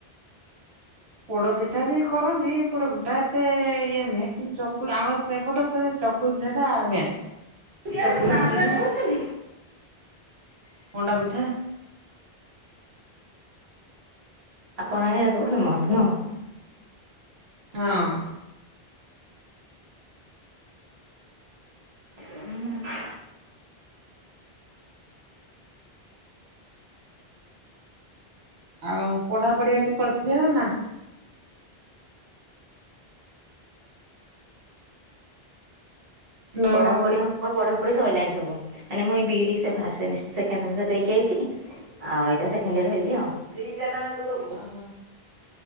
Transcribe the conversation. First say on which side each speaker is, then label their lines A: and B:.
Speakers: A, on the right; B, on the right.
A: ପୋଡପିଠା ବି କରନ୍ତି ପୋଡପିଠା ଏତେ ଇଏ ନୁହେଁ। କିନ୍ତୁ ଚକୁଳି ଆମର ଏପ ଏପଟ ପୁରା ଚକୁଳିପିଠାଟା ମେନ୍।
B: ହୁଁ
A: ଚକୁଳି, ଇଟିଲି,
B: ହୁଁ।
A: ମଣ୍ଡା ପିଠା।
B: ଆପଣ ଆଡେ ଏହା ସବୁ ଫେମସ ନୁହଁ।
A: ହଁ।
B: ହୁଁ।
A: ଆଉ ପଢାପଢି ଆଜି କରିଥିଲେ ନା ନା? ହ୍ୟାଲୋ
B: ପଢାପଢି ହୋଉ ମୋର ପଢ଼ାପଢି ସଇଲାଣି ସବୁ ମାନେ ମୁଁ ଏଇ ବି ଇ ଡି ସେ ଫାର୍ଷ୍ଟ ସେମିଷ୍ଟ ସେକେଣ୍ଡ୍ ସେମିଷ୍ଟାର୍ ଦେଇକି ଆଇଚି। ଆଉ ଏଇଟା ସେଖେଣ୍ଡ୍ ଇଅର ହେଲି ଆଉ।
A: ଓହୋ